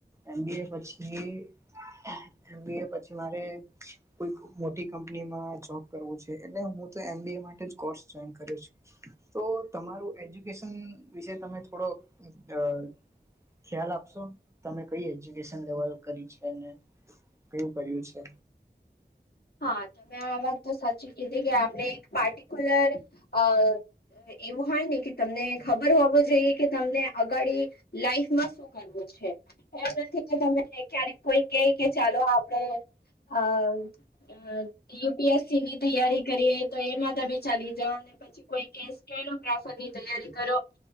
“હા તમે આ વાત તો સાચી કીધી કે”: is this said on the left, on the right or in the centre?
Left